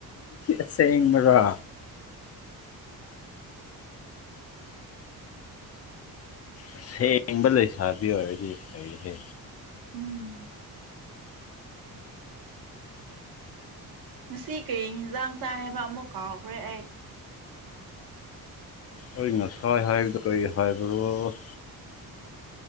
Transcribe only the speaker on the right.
ꯎꯝ ꯉꯁꯤ ꯀꯔꯤ ꯍꯦꯟꯖꯥꯡ ꯆꯥꯏ ꯍꯥꯏꯕ ꯑꯃꯨꯛ ꯀꯥꯎꯒ꯭ꯔꯦ ꯑꯩ